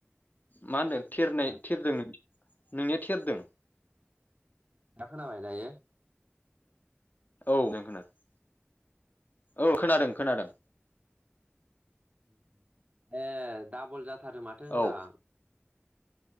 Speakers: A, on the left; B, on the right.
A: मा होनदों, थेरनाय
B: खोनादों
A: थेरदों, नोंनिया थेरदों?
B: दा खोनाबाय दायो?
A: औ दे ओं खोनादों। औ खोनादों खोनादों।
B: ओ ओ, ए डाबल जाथारो माथो होनदो
A: औ
B: आं।